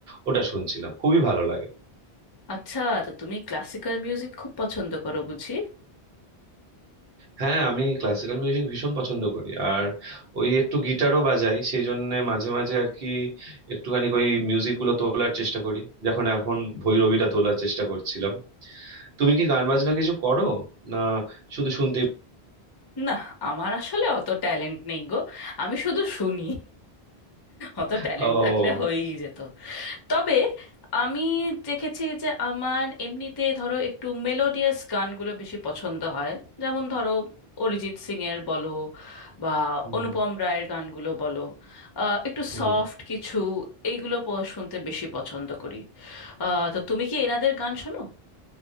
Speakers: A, on the right (about 70°); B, on the left (about 35°).
A: ওটা শুনছিলাম খুবই ভালো লাগে
B: আচ্ছা তো তুমি ক্লাসিক্যাল মিউজিক খুব পছন্দ করো বুঝি
A: হ্যাঁ আমি ক্লাসিক্যাল মিউজিক ভীষণ পছন্দ করি আর ওই একটু গিটারও বাজাই সেই জন্য মাঝে মাঝে আর কি একটুখানি ওই মিউজিক গুলো তোলার চেষ্টা করি যখন এখন ভৈরবীটা তোলার চেষ্টা করছিলাম তুমি কি গান বাজনা কিছু করো না শুধু শুনতেই
B: না আমার আসলে অত ট্যালেন্ট নেই গো আমি শুধু শুনি অত ট্যালেন্ট
A: ও
B: থাকলে হয়েই যেত তবে আমি দেখেছি যে আমার এমনিতে ধরো একটু মেলোডিয়াস গানগুলো বেশি পছন্দ হয় যেমন ধরো অরিজিৎ সিং এর বলো বা
A: হুম
B: অনুপম রায়ের গানগুলো বলো আহ, একটু
A: হুম
B: সফট কিছু এইগুলো প- শুনতে বেশি পছন্দ করি আহ, তো তুমি কি এনাদের গান শোনো